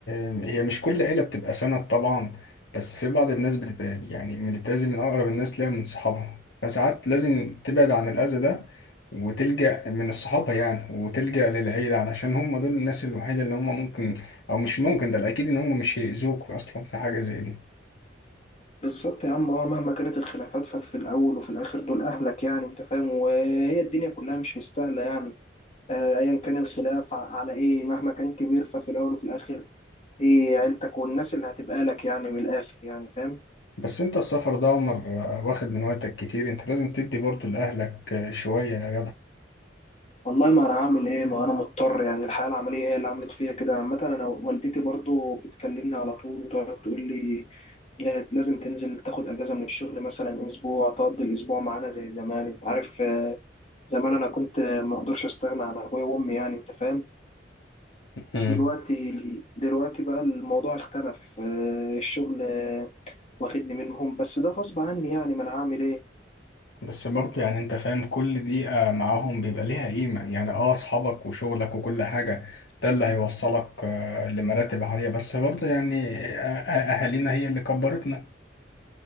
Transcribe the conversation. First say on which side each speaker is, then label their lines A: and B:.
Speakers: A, on the left; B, on the left.
A: آم، هي مش كل عيلة بتبقى سند طبعا بس في بعض الناس بتت يعني بتتأذي من أقرب الناس ليها من صحابها فساعات لازم تبعد عن الأذى ده وتلجأ من الصحابة يعني وتلجأ للعيلة علشان هم دول الناس الوحيدة اللي هم ممكن أو مش ممكن ده الأكيد إن هم مش هيأذوك أصلا في حاجة زي دي
B: بالظبط يا عم اه مهما كانت الخلافات ففي الأول وفي الآخر دول أهلك يعني أنت فاهم وهي الدنيا كلها مش مستاهلة يعني آه، أيا كان الخلاف ع- على إيه مهما كان كبير ففي الأول وفي الآخر دي عيلتك والناس اللي هتبقى لك يعني من الآخر يعني فاهم؟
A: بس أنت السفر ده يا عمر آه، واخد من وقتك كتير أنت لازم تدي برضه لأهلك آه، شوية يا
B: والله ما أنا هعمل إيه ما أنا مضطر يعني الحياة العملية هي اللي عملت فيا كده عامة أنا والدتي برضو بتكلمني على طول وتقعد تقول لي آه، لازم تنزل تاخد اجازه من الشغل مثلا اسبوع تقضي الاسبوع معانا زي زمان انت عارف آه، زمان انا كنت آه، ما اقدرش استغنى عن ابويا وامي يعني انت فاهم
A: جدع
B: دلوقتي دلوقتي بقى الموضوع اختلف آه، الشغل آه، واخدني منهم بس ده غصب عني يعني ما انا هعمل ايه
A: بس برضه يعني انت فاهم كل دقيقة معاهم بيبقى ليها قيمة يعني اه اصحابك وشغلك وكل حاجة ده اللي هيوصلك آه، لمراتب عالية بس برضه يعني آه، آه، اهالينا هي اللي كبرتنا